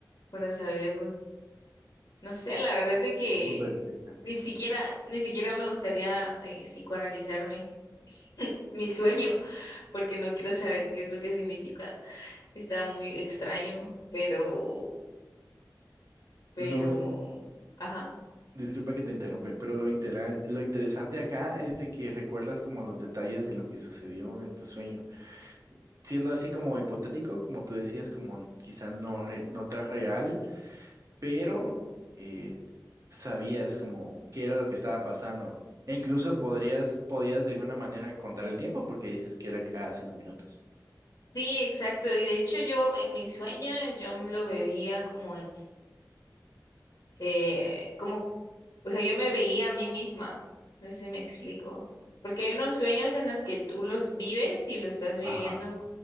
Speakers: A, on the left; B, on the right.
A: para saber. No sé, la verdad es de que
B: un punto de vista interesante.
A: ni siquiera, ni siquiera me gustaría eh, psicoanalizarme mi sueño, <laughs> porque no quiero saber qué es lo que significa. Está muy extraño, pero pero,
B: Lo in-
A: ajá.
B: Disculpa que te interrumpe, pero lo, intera- lo interesante acá es de que recuerdas como los detalles de lo que sucedió en tu sueño. Siendo así como hipotético, como tú decías, como quizá no, re- no tan real, pero eh, sabías como qué era lo que estaba pasando. E incluso podrías, podías de alguna manera contar el tiempo porque dices que era cada cinco minutos.
A: Sí, exacto. Y de hecho yo en mis sueños yo me lo veía como en, eh, como, o sea, yo me veía a mí misma. No sé si me explico. Porque hay unos sueños en los que tú los vives y lo estás viviendo,
B: Ajá,